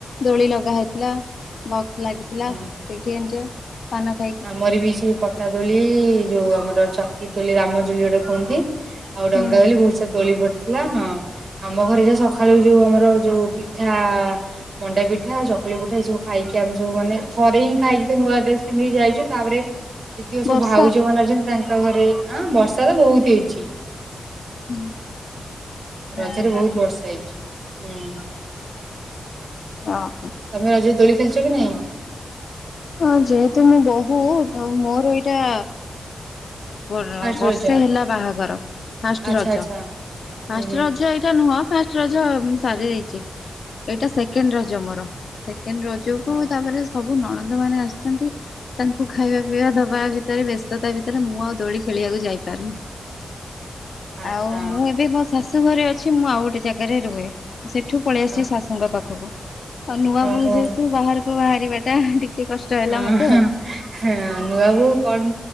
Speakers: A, on the left; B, on the right.
A: ଦୋଳି ଲଗା ହେଇଥିଲା। ବକ୍ସ ଲାଗିଥିଲା।
B: ହଁ।
A: ସେଇଠି ଏଞ୍ଜୟ୍ ପାନ ଖାଇକି।
B: ମୋର ବି ସେଇ ପ ପଟା ଦୋଳି ଯୋଉ ଆମର ଚକିିତୋଳି ରାମଦୋଳି ଯଉଟା କୁହନ୍ତି ଆଉ ଡଙ୍ଗା
A: ହୁଁ
B: ଦୋଳି ବହୁତ୍ ସାରା ଦୋଳି ପଡିଥିଲା, ହଁ। ଆମ ଘରେ ଯୋଉ ସକାଳୁ ଯୋଉ ଆମର ଯୋଉ ପିଠା ମଣ୍ଡା ପିଠା ଆଉ ଚକୁଳି ପିଠା ଏଇ ସବୁ ଖାଇକି ଆମେ ଯୋଉ ମାନେ ଥରେ ହିଁ ଖାଇକି ତ ନୂଆ ଡ୍ରେସ ପିନ୍ଧିକି ଯାଇଚୁ ତାପରେ ଯେତିକ
A: ବର୍ଷା।
B: ସବୁ ଭାଉଜ ମାନେ ଅଛନ୍ତି ତା ତାଙ୍କ ଘରେ, ଆଁ ବର୍ଷା ତ ବହୁତ ହେଇଚି।
A: <inaudible>
B: ରଜରେ
A: ହଁ
B: ବହୁତ ବର୍ଷା ହେଇଚି। ହୁଁ।
A: <unintelligible>
B: ତମେ ରଜରେ ଦୋଳି ଖେଳିଚ କି ନାହିଁ?
A: ହଁ ଯେହେତୁ ମୁଁ ବୋହୁ ତ ମୋର ଏଇଟା ମୋର
B: ଫାଷ୍ଟ
A: ବର୍ଷେ
B: ରଜ
A: ହେଲା ବାହାଘର। ଫାଷ୍ଟ
B: ଆଚ୍ଛା
A: ରଜ,
B: ଆଚ୍ଛା
A: ଫାଷ୍ଟ
B: ହୁଁ
A: ରଜ ଏ ଟା ନୁହଁ ଫାଷ୍ଟ ରଜ ମୁଁ ସାରି ଦେଇଚି। ଏଇଟା ସେକେଣ୍ଡ ରଜ ମୋର। ସେକେଣ୍ଡ ର ଜ କୁ
B: ହଁ
A: ତାପରେ ସବୁ ନଣନ୍ଦମାନେ ଆସିଛନ୍ତି। ତାଙ୍କୁ ଖାଇବା ପିଇବା ଦବା ଭିତରେ ବ୍ୟସ୍ତତା ଭିତରେ ମୁଁ ଆଉ ଦୋଳି ଖେଳିବାକୁ ଯାଇପାରିନି।
B: ଆଚ୍ଛା
A: ଆଉ ମୁଁ ଏବେ ମୋ ଶାଶୁ ଘରେ ଅଛି। ମୁଁ ଆଉ ଗୋଟେ ଯାଗାରେ ରୁହେ। ସେଠୁ ପଳେଇ ଆସିଚି
B: ହଁ
A: ଶାଶୁଙ୍କ ପାଖକୁ। ଆଉ ନୂଆ
B: ଓହୋ
A: ବୋଉ ଯେହେତୁ ବାହାରକୁ ବାହାରିବାଟା ଟି ଟିକେ କଷ୍ଟ ହେଲା
B: ହଁ
A: ମୋତେ
B: ହଁ
A: ଆଉ।
B: ହଁ ନୂଆବୋହୂ କନ୍